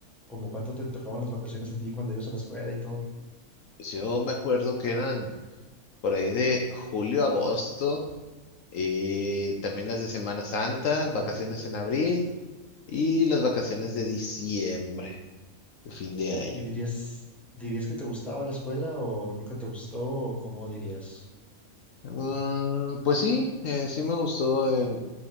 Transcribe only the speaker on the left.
Pues Yo me acuerdo que eran por ahí de julio, agosto, y también las de Semana Santa, vacaciones en abril y las vacaciones de diciembre, de fin de año.
Mm, pues sí, eh, sí me gustó. En,